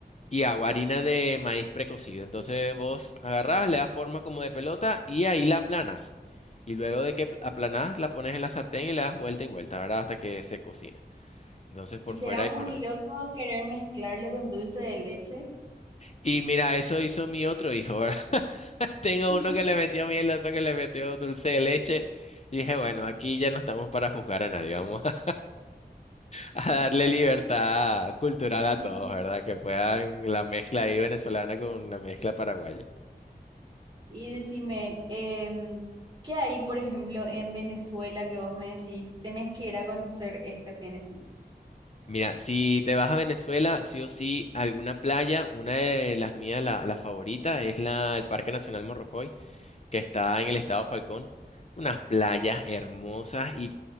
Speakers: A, on the left; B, on the right.
A: y hago harina de maíz precocido. Entonces vos agarrás, le das forma como de pelota y ahí la aplanas. Y luego de que aplanás, la pones en la sartén y le das vuelta y vuelta, ¿verdad? Hasta que se cocina. Entonces por
B: ¿Y será
A: fuera
B: muy
A: y por dentro.
B: loco querer mezclarlo con dulce de leche?
A: Y mira, eso hizo mi otro hijo, ¿verdad? <laughs> Tengo
B: <laughs>
A: uno que le metió miel, el otro que le metió dulce de leche. Y dije, bueno, aquí ya no estamos para juzgar a nadie, vamos <laughs> a, a darle libertad
B: Y
A: cultural a
B: deci-
A: todos,
B: <laughs>
A: ¿verdad? Que puedan la mezcla ahí venezolana con la mezcla paraguaya.
B: Y decime, em, ¿qué hay, por ejemplo, en Venezuela que vos me decís, tenés que ir a conocer esto, Génesis?
A: Mira, si te vas a Venezuela, sí o sí, alguna playa, una de las mías, la, la favorita, es la, el Parque Nacional Morrocoy, que está en el estado Falcón. Unas playas hermosas y